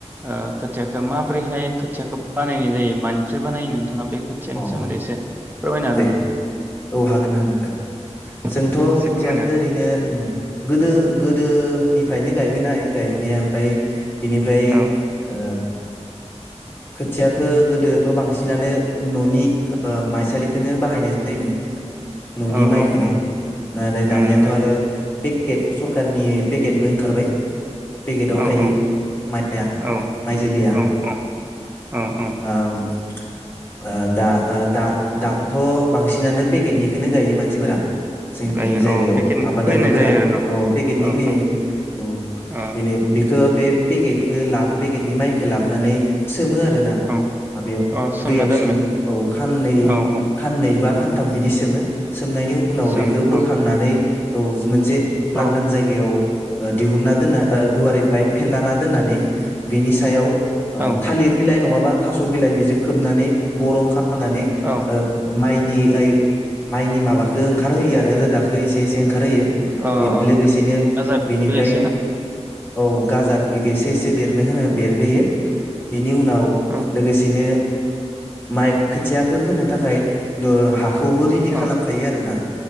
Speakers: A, on the right; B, on the left.
A: ओ खोथियाखौ माब्रैहाय खोथियाखौ बानायनाय जायो मानिफ्राय बानायो नोंथाङा बे खोथिया नि
B: औ
A: सोमोनदै एसे फोरमायनो हागोन
B: दे
A: नामा?
B: औ हागोन हागोन नोंथां जोंथ
A: औ दे एसे
B: खोथियाखो
A: फोरमायना होदो
B: ओरैनो ओं गोदो गोदोनिफ्रायनो गायबोनाय गायनाया ओमफ्राय बिनिफ्राय
A: औ
B: ओ खोथियाखो गोदोथ बांसिनानो ननि ओ माइसालिखोनो बाहायनाय जायोमोन। ननि
A: औ
B: माइखौनो
A: औ औ
B: आरो दानियाथ
A: न'नि माइ
B: आरो बे केट सरखारनि पेकेटबो ओंखारबाय पेकेटाव
A: औ
B: थायो
A: औ
B: माइया
A: औ
B: माइजोलिया
A: औ औ औ औ
B: ओम ओ दा ओ दा दाथ बांसिनानो पेकेटनिखौनो गायो मानसिफोरा। जोंनि
A: गायो
B: जायगायाव
A: औ पेकेटनिखौ
B: आबादारिफोरा
A: फोनाय जायो आरो न'
B: ओ पेकेटनि
A: औ
B: फैनो
A: औ
B: औ
A: औ
B: बेनो बेख खो बे फेकेथखो ला पेकेटनि मायखो लाबोनानै स सोमो आरो ना
A: औ
B: माबायाव
A: औ सोमना
B: दैयाव
A: दोनबाय
B: सोमो औ खाननै
A: औ औ
B: खाननै नै बा खानथाम बिदि सोमो सोमनायनि उनाव
A: सोमो
B: बेखौ बोखांनानै
A: औ
B: औ मोनसे
A: औ
B: लांदां जायगायाव ओ दिहुनना दोनना ओ गुवारै बाय फेनलाना दोननानै बिनि सायाव ओ
A: औ
B: थालिर बिलाइ नङाब बा थास बिलाइ बिजों खोबनानै गरम खा नानै
A: औ
B: ओ माइनि फाय माइनि माबाखो ओंखारहोयो आरो रोदाखो एसे एसे ओंख खारहोयो
A: अ अ
B: बे लोगोसेनो
A: गाजा
B: बेनिफ्राय
A: बेरो एसे ना
B: औ गाजाब एसे एसे बेरनो होनो बेरहोयो बि नि उनाव
A: औ
B: लोगोसेनो माइ खोथियाखो फोनो थाखाय नु हा खौबो रेडि
A: औ
B: खालामखायो आरो ना